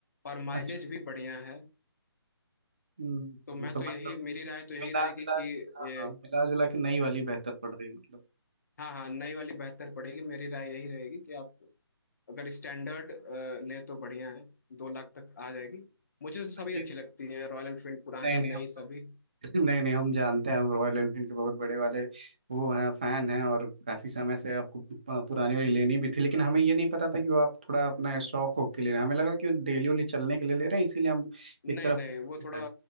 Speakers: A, on the left (about 45°); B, on the right (about 20°).
A: और माइलेज
B: अच्छा
A: भी बढ़िया है
B: हम्म,
A: तो मैं
B: तो
A: तो
B: मतलब
A: यही मेरी राय तो यही
B: मिला
A: रहेगी
B: जुला
A: कि
B: के हाँ
A: ए,
B: हाँ मिला जुला के नई वाली बेहतर पड़ रही है मतलब
A: हाँ हाँ नई वाली बेहतर पड़ेगी मेरी राय यही रहेगी कि आप अगर स्टैंडर्ड लें तो बढ़िया है दो लाख तक आ जाएगी मुझे तो सभी
B: ये
A: अच्छी लगती हैं रॉयल एनफील्ड पुरानी
B: नए नए
A: नई
B: हम
A: सभी
B: लोग <laughs> नए नए हम जानते हैं हम रॉयल एनफील्ड के बहुत बड़े वाले वो हैं फैन हैं और काफी समय से आपको पु- पुरानी वाली लेनी भी थी लेकिन हमें ये नहीं पता था कि वो आप थोड़ा अपना शौक हो के ले रहे हैं हमें लगा कि वो डेली वाली चलने के लिए ले रहे हैं इसीलिए हम
A: नहीं
B: एक तरफ
A: नहीं
B: सोचने
A: वो थोड़ा
B: लगे